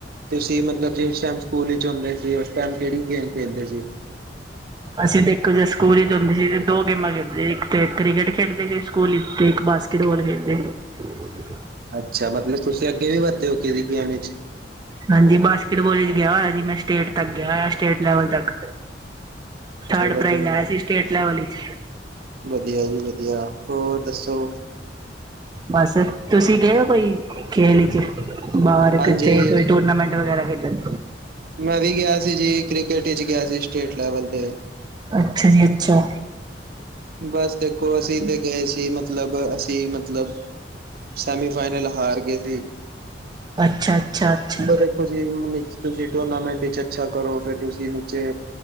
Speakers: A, on the right; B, on the right.
A: ਤੁਸੀਂ ਮਤਲਬ ਜਿਸ ਟਾਈਮ ਸਕੂਲ ਵਿੱਚ ਹੁੰਦੇ ਸੀ ਉਸ ਟਾਈਮ ਕਿਹੜੀ ਗੇਮ ਖੇਲਦੇ ਸੀ।
B: ਅਸੀਂ ਤੇ ਇੱਕ ਜੇ ਸਕੂਲ ਹੀ ਹੁੰਦੇ ਸੀ ਦੋ ਗੇਮਾਂ ਖੇਡਦੇ ਸੀ ਇੱਕ ਤੇ ਕ੍ਰਿਕਟ ਖੇਡਦੇ ਸੀ ਸਕੂਲ ਵਿੱਚ ਤੇ ਬਾਸਕਿਟਬਾਲ ਖੇਡਦੇ ਸੀ।
A: ਅੱਛਾ। ਮਤਲਬ ਤੁਸੀਂ ਅੱਗੇ ਵੀ ਵੱਧਦੇ ਹੋ ਕਿਸੇ ਗੇਮ ਵਿੱਚ।
B: ਹਾਂਜੀ, ਬਾਸਕਿਟਬਾਲ ਵਿੱਚ ਗਿਆ ਹੋਇਆ ਜੀ ਮੈਂ ਸਟੇਟ ਤੱਕ ਗਿਆ ਹੋਇਆ ਸਟੇਟ ਲੈਵਲ ਤੱਕ।
A: ਅੱਛਾ
B: ਥਰਡ
A: ਵਧੀਆ-
B: ਪ੍ਰਾਈਜ਼ ਆਇਆ ਸੀ ਸਟੇਟ ਲੈਵਲ ਵਿੱਚ
A: ਵਧੀਆ ਜੀ ਵਧੀਆ ਹੋਰ ਦੱਸੋ।
B: ਬਸ। ਤੁਸੀਂ ਗਏ ਉ ਕੋਈ ਖੇਲ ਚ' ਬਾਹਰ
A: ਹਾਂਜੀ
B: ਕਿੱਥੇ ਕੋਈ ਟੂਰਨਾਮੈਂਟ ਵਗੈਰਾ ਖੇਡਣ?
A: ਮੈਂ ਵੀ ਗਿਆ ਸੀ ਜੀ ਕ੍ਰਿਕਟ ਵਿਚ ਗਿਆ ਸੀ ਸਟੇਟ ਲੈਵਲ ਤੇ।
B: ਅੱਛਾ ਜੀ ਅੱਛਾ।
A: ਬਸ ਦੇਖੋਂ ਅਸੀਂ ਤੇ ਗਏ ਸੀ ਮਤਲਬ ਅਸੀਂ ਮਤਲਬ ਸੈਮੀ ਫਾਈਨਲ ਹਾਰ ਗਏ ਸੀ।
B: ਅੱਛਾ ਅੱਛਾ ਅੱਛਾ
A: ਦੇਖੋ ਚ' ਤੁਸੀਂ ਟੂਰਨਾਮੈਂਟ ਵਿੱਚ ਅੱਛਾ ਕਰੋ, ਫੇਰ ਤੁਸੀਂ ਨੀਚੇ